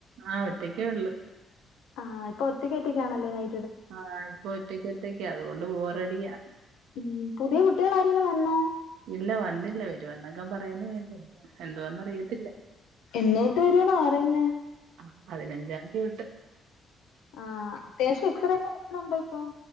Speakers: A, on the right; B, on the left.
A: ആഹ് ഒറ്റക്കെ ഉള്ളൂ
B: ആഹ് ഇപ്പം ഒറ്റക്ക് ഒറ്റക്കാണല്ലേ നൈ
A: ആഹ് ഇപ്പൊ ഒറ്റയ്ക്ക് ഒറ്റയ്ക്ക അതുകൊണ്ട് ബോറഡിയാ
B: ഉം പുതിയ കുട്ടികൾ ആരെലും വന്നോ
A: ഇല്ല വന്നില്ല വരുവ എന്നൊക്കെ പറയുന്ന കേട്ട് എന്തുവാ അറിയത്തില്ല
B: ഇന്ന്തൊട്ട് വരുന്ന പറയുന്നേ
A: ആ പതിനഞ്ചാം തീതൊട്ട്
B: ആഹ് അത്യാവശ്യം എക്സറേക്കെ എടുക്കുന്നുണ്ടേ ഇപ്പം